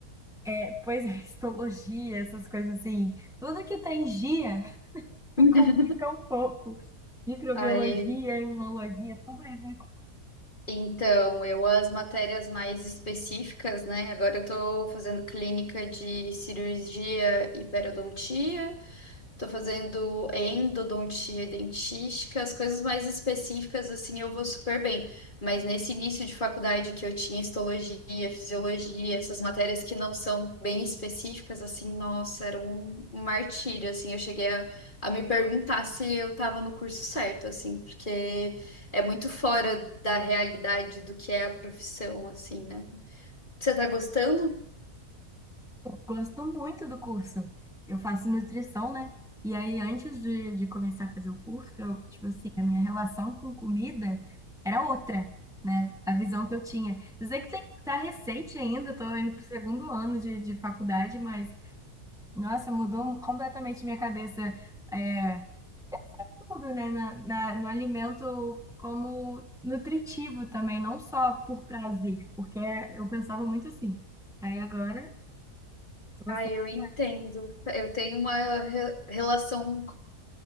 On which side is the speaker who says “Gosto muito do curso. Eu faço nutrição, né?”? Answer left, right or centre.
Centre